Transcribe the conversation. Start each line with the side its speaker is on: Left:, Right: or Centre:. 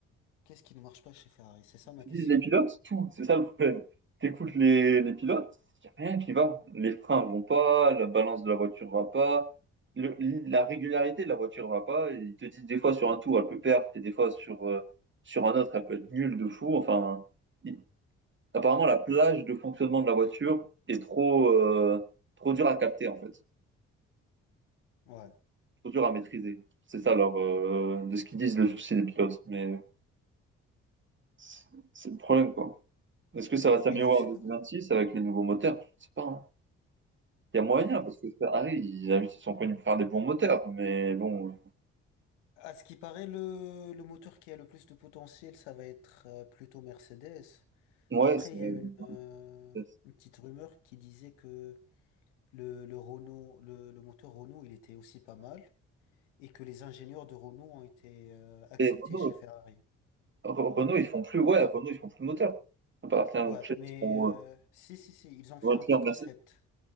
Left: Qu'est-ce qui ne marche pas chez Ferrari? C'est ça ma question.
Right: Les pilotes, tout, c'est ça le problème. T'écoutes les, les pilotes, il n'y a rien qui va. Les freins vont pas, la balance de la voiture va pas, le- la régularité de la voiture va pas. Ils te disent des fois sur un tour, elle peut perdre, et des fois sur, euh, sur un autre, elle peut être nulle de fou. Enfin, il- apparemment, la plage de fonctionnement de la voiture est trop, euh, trop dure à capter, en fait.
Left: Ouais.
Right: trop dur à maîtriser. C'est ça, alors, euh, de ce qu'ils disent, le souci des pilotes. Mais c'est c'est le problème, quoi. Est-ce que ça va s'améliorer
Left: Mais je sais
Right: en 2026
Left: pas. hein.
Right: avec les nouveaux moteurs? Je sais pas. hein. Il y a moyen, parce que Ferrari, ils ils sont connus pour faire des bons moteurs. Mais bon,
Left: À ce qui paraît, le, le moteur qui a le plus de potentiel, ça va être euh, plutôt Mercedes.
Right: euh, ouais,
Left: Après,
Right: c'est.
Left: il y a une, euh,
Right: c'est-
Left: une petite rumeur qui disait que le, le Renault, le, le moteur Renault, il était aussi pas mal. et que les ingénieurs de Renault ont été euh, acceptés
Right: Et Renault,
Left: chez Ferrari.
Right: Re- Renault, ils font plus, ouais, Renault, ils font plus de moteurs. À partir l'année
Left: Ouais,
Right: prochaine,
Left: mais
Right: ils seront,
Left: euh,
Right: euh,
Left: si, si, si, ils ont
Right: ils
Left: fait
Right: vont
Left: un
Right: être clients
Left: petit concept.
Right: Mercedes.